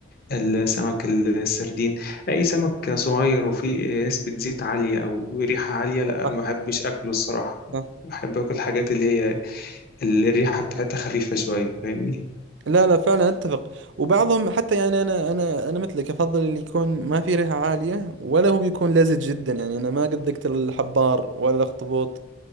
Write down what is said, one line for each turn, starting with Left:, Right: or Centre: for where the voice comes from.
Left: السمك السردين اي سمك صغير وفيه نسبه زيت عاليه او ريحه عاليه لا
Right: صح
Left: ما بحبش اكله الصراحه
Right: صح
Left: بحب اكل الحاجات اللي هي الريحه بتاعتها خفيفه شويه فاهمني
Right: لا لا فعلا اتفق وبعضهم حتى يعني انا انا انا مثلك افضل اللي يكون ما في ريحه عاليه ولا هو بيكون لزج جدا يعني انا ما قد ذقت الحبار ولا الاخطبوط